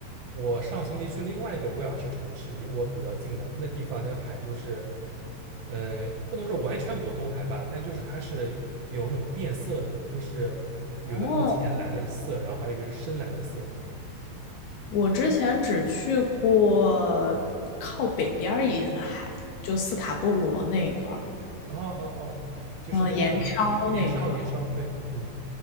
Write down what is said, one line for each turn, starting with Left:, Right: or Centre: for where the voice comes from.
Right: 我上星期去另外一个威尔士城市，离我比较近的那地方，那个海就是，呃，不能说完全果冻海吧，但就是它是有那种变色的，就是有个那种浅蓝的色，
Left: <laughs> 哦，
Right: 然后还有一个是深蓝的色，嗯，
Left: 我之前只去过靠北边儿一点的海，就斯卡波罗那一块儿，
Right: 哦哦哦，就是那个盐烧盐烧，
Left: 嗯、呃盐烧那一块儿。
Right: 对，嗯，